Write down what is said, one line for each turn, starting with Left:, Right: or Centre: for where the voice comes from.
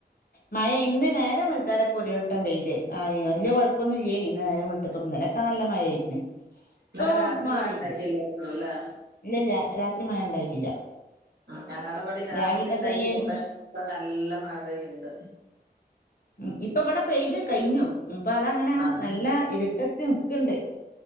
Left: മയ ഇന്ന് നേരം വെളുത്തവരെ ഒരുവട്ടം പൈത് വല്യ കൊഴപ്പമൊന്നുല്ല്യേനി. ഇന്ന് നേരം വെളുത്തപ്പൊ ഇന്നലെ നല്ല മയയാരുന്നു ഇപ്പ
Right: ഇന്നലെ രാത്രി
Left: മാറി
Right: മഴ ഉണ്ടായിട്ടില്ലായിരുന്നു ല്ലേ
Left: ഇല്ലില്ല രാത്രി മഴ ഉണ്ടായിട്ടില്ല.
Right: ഞങ്ങടിവിടെ രാത്രി
Left: രാവിലക്കത്തെ
Right: ഇണ്ടായിട്ടില്ല
Left: ഈ ഒരു
Right: ഇപ്പ ഇപ്പ നല്ല മഴ പെയ്യണുണ്ട്.
Left: ഉ ഇപ്പ ഇവിടെ പെയ്ത് കഴിഞ്ഞു അപ്പൊ അതങ്ങനെ
Right: ആഹ്
Left: നല്ല ഇരുട്ടെത്തി നിക്കണ്ട്.